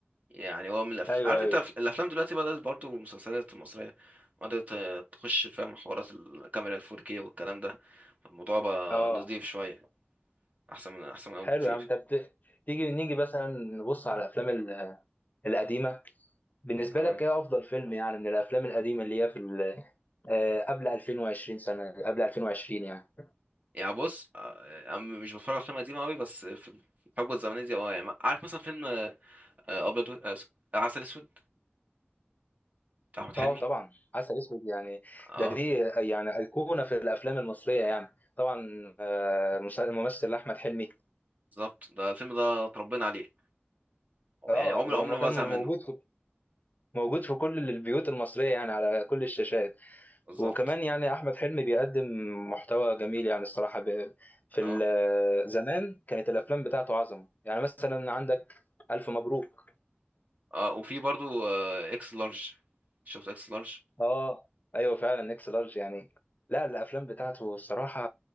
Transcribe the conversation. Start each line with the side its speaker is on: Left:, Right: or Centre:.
Right: يعني هو من الأف...
Left: ايوه
Right: عارف
Left: ايوه
Right: انت الافلام دلوقتي بدات برضو المسلسلات المصريه بدات تخش فاهم حوارات الكاميرا ال 4K والكلام ده الموضوع بقى
Left: اه
Right: نضيف شويه احسن من احسن من قبل
Left: حلو
Right: بكتير
Left: يا عم طب ت- تيجي نيجي مثلا نبص على الافلام ال- القديمه بالنسبه
Right: اه
Left: لك ايه افضل فيلم يعني من الافلام القديمه اللي هي في ال- آه، قبل 2020 سنه قبل 2020 يعني
Right: يعني بص آه، انا مش بتفرج على افلام قديمه قوي بس في الحقبه الزمنيه دي اه يعني عارف مثلا فيلم آه، ابيض و... آه، س- عسل اسود بتاع احمد حلمي
Left: اه طبعا عسل اسود يعني
Right: اه
Left: ده دي يعني ايقونه في الافلام المصريه يعني طبعا آه، مس- الممثل احمد حلمي
Right: بالظبط ده الفيلم ده اتربينا عليه هو
Left: اه
Right: يعني عمري
Left: ده
Right: عمري
Left: هو
Right: ما
Left: كان
Right: بزهق
Left: موجود
Right: منه
Left: في موجود في كل البيوت المصريه يعني على كل الشاشات
Right: بالظبط
Left: وكمان يعني احمد حلمي بيقدم محتوى جميل يعني الصراحه ب- في
Right: اه
Left: ال- زمان كانت الافلام بتاعته عظمه يعني مثلا عندك الف مبروك
Right: اه وفي برضو آه، اكس لارج شفت اكس لارج
Left: اه ايوه فعلا اكس لارج يعني لا الافلام بتاعته الصراحه